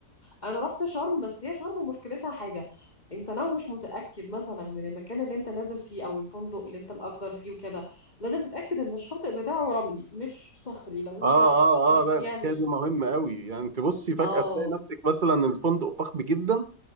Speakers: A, on the left; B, on the right.
A: انا رحت شرم بس هي شرم مشكلتها حاجه انت لو مش متاكد مثلا من المكان اللي انت نازل فيه او الفندق اللي انت مأجر فيه وكده لازم تتاكد ان الشاطئ بتاعه رملي مش صخري لو انت
B: اه اه
A: ليك
B: اه لا الحكايه
A: يعني
B: دي مهمه قوي يعني انت بصي فجاه
A: اه
B: تلاقي نفسك مثلا الفندق فخم جدا